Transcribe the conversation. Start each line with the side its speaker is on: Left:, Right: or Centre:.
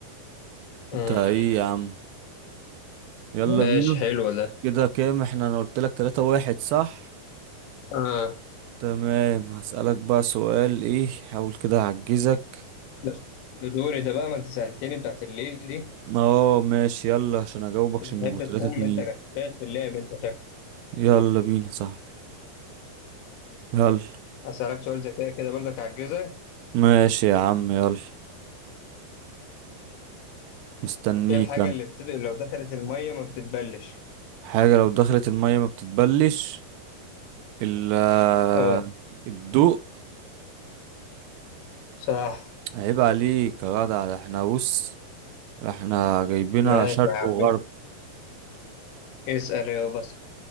Left: أمم،
Right: انت ايه يا عم يلا
Left: ماشي
Right: بينا
Left: حلو ده
Right: كده كام احنا انا قلت لك تلاتة واحد صح
Left: آه.
Right: تمام هسألك بقى سؤال ايه حاول كده اعجزك
Left: بس دوري ده بقى ما انت سألتني بتاعت الليل دي
Right: اه ماشي يلا عشان اجاوبك عشان
Left: انت بتحب
Right: نبقوا تلاتة
Left: تخم
Right: اتنين
Left: انت غشاش في اللعب انت شكلك
Right: يلا بينا صاحبي يلا
Left: هسألك سؤال ذكاء كده برضك هتجهزها
Right: ماشي يا عم يلا مستنيك
Left: ايه الحاجة
Right: انا
Left: اللي بتد... لو دخلت المية ما بتتبلش
Right: حاجة لو دخلت المية ما بتتبلش الا
Left: اه
Right: الضوء
Left: صح
Right: عيب عليك يا جدع ده احنا بص ده احنا جايبينها
Left: ماشي
Right: شرق
Left: يا عم
Right: وغرب
Left: اسأل يا بس